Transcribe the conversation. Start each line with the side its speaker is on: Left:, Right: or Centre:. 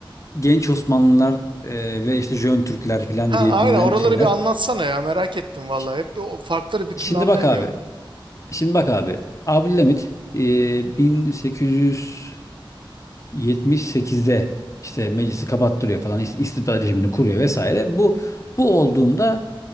Left: genç Osmanlılar e, ve işte Jön Türkler falan
Right: Ha
Left: diye
Right: aynen
Left: bilinen
Right: oraları
Left: şeyler.
Right: bir anlatsana ya. Merak ettim vallahi.
Left: Ş-
Right: Hep o farkları bir türlü
Left: Şimdi
Right: anlayamıyorum.
Left: bak abi. Şimdi bak abi. Abdülhamit e, 1800 78'de işte meclisi kapattırıyor falan işte istibdat rejimini kuruyor vesaire. Bu bu olduğunda